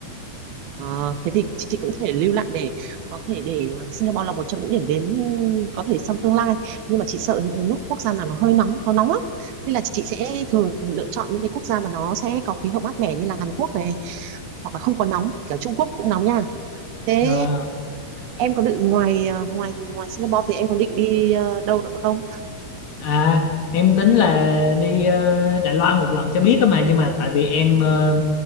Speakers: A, on the right; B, on the left.
A: Ờ, thế thì chị cũng thể lưu lại để có thể để ờ, Singapore là một trong những điểm đến ừ, có thể trong tương lai nhưng mà chị sợ những cái nước quốc gia nào nó hơi nóng nó nóng lắm nên là chị sẽ thường lựa chọn những cái quốc gia mà nó sẽ có khí hậu mát mẻ như là Hàn Quốc này hoặc là không có nóng cả Trung Quốc cũng nóng nha thế
B: Nó-
A: em có định ngoài ờ, ngoài ngoài Singapore thì em có định đi ờ, đâu nữa không
B: à em tính là đi ờ, Đài Loan một lần cho biết á mà nhưng mà tại vì em ờ,